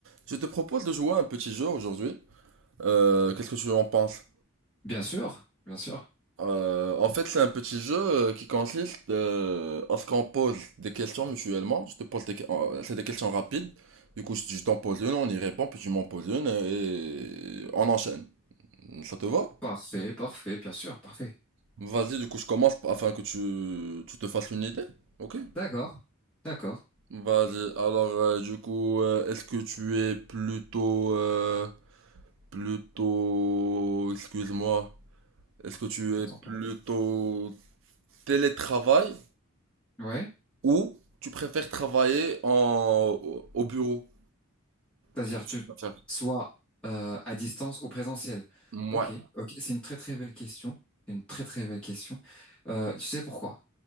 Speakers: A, on the right (about 65°); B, in the centre.
A: Je te propose de jouer à un petit jeu aujourd'hui. Euh, qu'est-ce que tu en penses?
B: Bien sûr, bien sûr.
A: Euh, en fait, c'est un petit jeu euh, qui consiste euh, à ce qu'on pose des questions mutuellement. Je te pose des, que- euh, c'est des questions rapides. Du coup, je je t'en pose une, on y répond, puis tu m'en poses une et on enchaîne. Ça te va?
B: Parfait, parfait, bien sûr, parfait.
A: Vas-y, du coup, je commence afin que tu, tu te fasses une idée. Ok?
B: D'accord, d'accord.
A: Vas-y. Alors, euh, du coup, euh, est-ce que tu es plutôt, euh, plutôt, excuse-moi. Est-ce que tu
B: On
A: es
B: t'entend.
A: plutôt télétravail
B: Ouais.
A: ou tu préfères travailler en, au au bureau?
B: C'est-à-dire
A: Qu'est-ce
B: tu
A: que tu préfères?
B: soit euh, à distance ou présentiel.
A: Ouais,
B: Ok, ok. C'est une très très belle question. C'est une très très belle question. Euh, tu sais pourquoi?